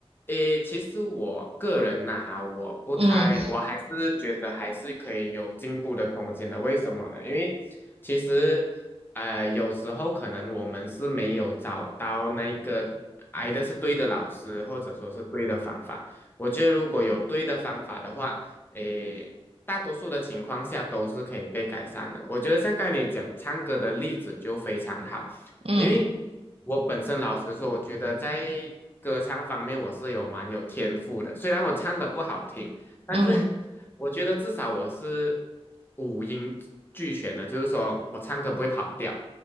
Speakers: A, on the left; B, on the right.
A: 诶，其实我个人呐、哈，我不太，
B: 嗯
A: 我还是觉得还是可以有进步的空间的。为什么呢？因为其实，呃，有时候可能我们是没有找到那个挨的是对的老师，或者说是对的方法。我觉得如果有对的方法的话，诶，大多数的情况下都是可以被改善的。我觉得像刚才你讲唱歌的例子就非常好。
B: 嗯
A: 因为我本身老实说，我觉得在歌唱方面我是有蛮有天赋的。虽然我唱的不好听，但是
B: 嗯
A: 我觉得至少我是五音俱全的，就是说我唱歌不会跑调。